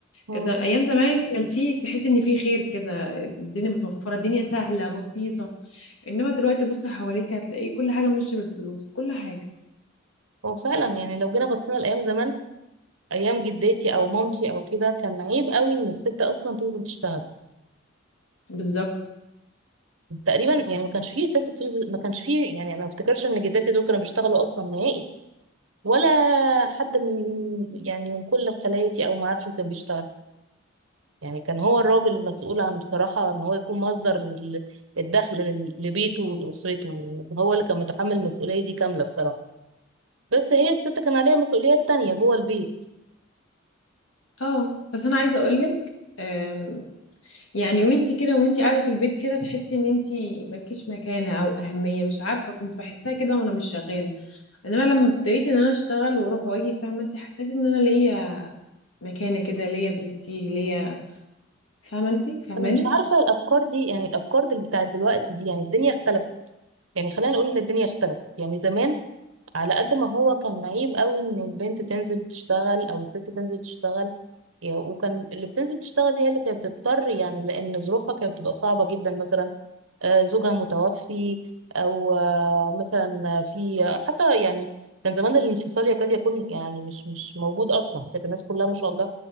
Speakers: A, on the right; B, on the left.
A: مم.
B: إذا ايام زمان كان في تحس ان في خير كده الدنيا متوفرة الدنيا سهلة بسيطة انما دلوقتي بص حواليك هتلاقي كل حاجة ماشية بالفلوس كل حاجة
A: هو فعلا يعني لو جينا بصينا لايام زمان ايام جداتي او مامتي او كده كان عيب قوي ان الست اصلا تنزل تشتغل
B: بالظبط
A: تقريبا يعني ما كانش فيه ست بتنزل ما كانش فيه يعني انا ما افتكرش ان جداتي دول كانوا بيشتغلوا اصلا نهائي ولا حد من يعني من كل خالاتي او معارفي كان بيشتغل يعني كان هو الراجل المسؤول عن بصراحة ان هو يكون مصدر ال- الدخل لل- لبيته ولأسرته هو اللي كان متحمل المسؤولية دي كاملة بصراحة بس هي الست كان عليها مسؤوليات تانية جوه البيت
B: اه بس انا عايزة اقولك أم، يعني وانتي كده وانتي قاعدة في البيت كده تحسي ان انتي ملكيش مكانة او اهمية مش عارفة كنت بحسها كده وانا مش شغالة انما لما ابتديت ان انا اشتغل واروح واجي فاهمه انت حسيت ان انا ليا مكانه كده ليا برستيج ليا فاهمه انت فاهماني
A: انا مش عارفة الافكار دي يعني الافكار دي بتاعت دلوقتي دي يعني الدنيا اختلفت يعني خلينا نقول ان الدنيا اختلفت يعني زمان على قد ما هو كان عيب قوي ان البنت تنزل تشتغل او الست تنزل تشتغل يا- وكان اللي بتنزل تشتغل دي هي اللي كانت بتضطر يعني لان ظروفها كانت بتبقى صعبة جدا مثلا آه، زوجها متوفي او آه، مثلا في حتى يعني كان زمان الانفصال يكاد يكون يعني مش مش موجود اصلا كانت الناس كلها ما شاء الله